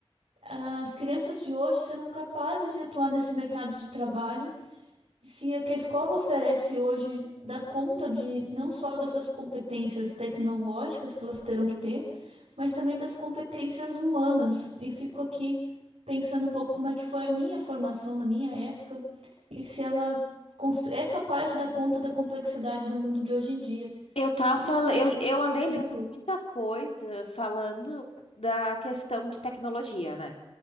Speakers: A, on the right; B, on the left.
A: as crianças de hoje serão capazes de atuar nesse mercado de trabalho se a que a escola oferece hoje dá conta de não só dessas competências tecnológicas que elas terão que ter, mas também das competências humanas. E fico aqui pensando um pouco como é que foi a minha formação na minha época e se ela cons- é capaz de dar conta da complexidade do mundo de hoje em dia.
B: Eu tava,
A: Não sei.
B: le- eu, eu andei
A: Você Pensou.
B: lendo muita coisa falando da questão de tecnologia, né?